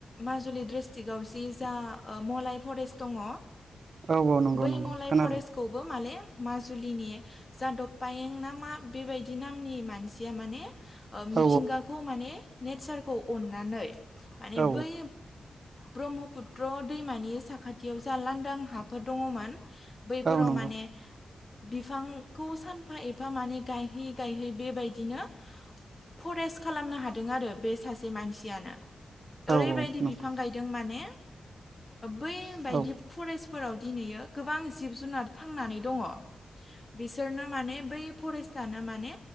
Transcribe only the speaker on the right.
औ औ नंगौ
नंगौ
खोनादों
औ
औ
औ नंगौ
औ
नंगौ
औ
औ